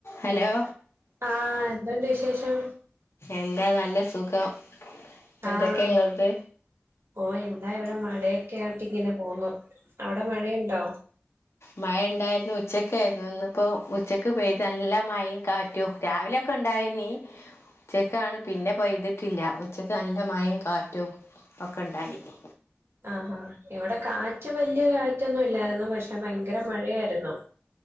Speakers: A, on the left; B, on the right.
A: Hello?
B: ആഹ് എന്തൊണ്ട് വിശേഷം.
A: എന്താ നല്ല സുഖം. എന്തൊക്കെ
B: ആഹ്
A: ഇങ്ങൾത്
B: ഓ എന്താ ഇവിടെ മഴയൊക്കെ ആട്ട് ഇങ്ങനെ പോന്നു. അവടെ മഴയിണ്ടോ?
A: മഴ ഇണ്ടാരുന്നു. ഉച്ചക്കാരുന്നു ഇന്നിപ്പൊ ഉച്ചക്ക് പെയ്ത് നല്ല മയും കാറ്റു. രാവിലൊക്കെ ഉണ്ടായിനി. ഉച്ചക്കാണ് പിന്നെ പെയ്തിട്ടില്ല. ഉച്ചക്ക് നല്ല മയ്യും, കാറ്റും, ഒക്കെ ഇണ്ടായിനി.
B: ആഹാ ഇവടെ കാറ്റ് വലിയ കാറ്റൊന്നും ഇല്ലാരുന്നു പക്ഷെ ഭയങ്കര മഴയാരുന്നു.